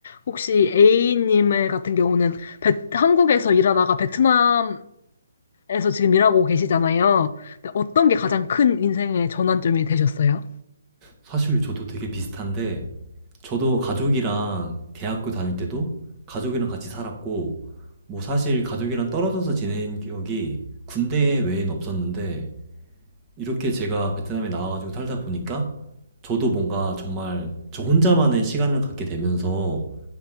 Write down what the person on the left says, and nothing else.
혹시 A님의 같은 경우는 베- 한국에서 일하다가 베트남 에서 지금 일하고 계시잖아요. 근데 어떤 게 가장 큰 인생의 전환점이 되셨어요?